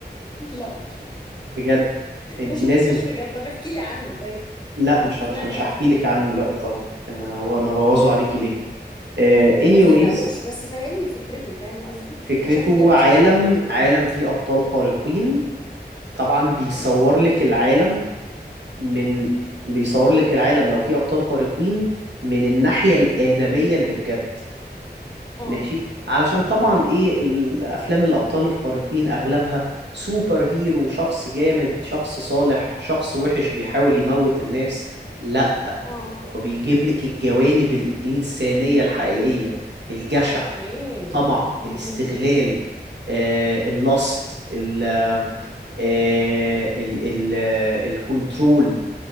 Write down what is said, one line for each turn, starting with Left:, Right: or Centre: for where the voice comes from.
Left: <laughs> لا
Right: بجد انت
Left: ما شفتوش
Right: لازم
Left: بجد طب احكي لي عنه طيب
Right: لا مش
Left: اقنعني
Right: هت... مش هحكي
Left: اكتر
Right: لك عنه لا طبعا انا وانا بوظه
Left: ل-
Right: عليكي ليه آه، anyways
Left: ما تحرقوش بس فهمني فكرته فاهم قصدي
Right: فكرته
Left: عشان بجد
Right: عالم
Left: مش عارف فكرته ايه
Right: عالم فيه أبطال خارقين طبعا بيصور
Left: اوكي
Right: لك العالم من بيصور لك العالم لو فيه أبطال خارقين من الناحية الآدمية اللي بجد
Left: اه
Right: ماشي علشان طبعا إيه الأفلام الأبطال الخارقين أغلبها سوبر هيرو شخص جامد شخص صالح شخص وحش بيحاول يموت الناس لأ
Left: اه
Right: هو بيجيب لك الجوانب الإنسانية الحقيقية الجشع
Left: اوكي
Right: الطمع
Left: م -م
Right: الاستغلال
Left: -م.
Right: آه، اللاست ال آه، ال ال آه، الكنترول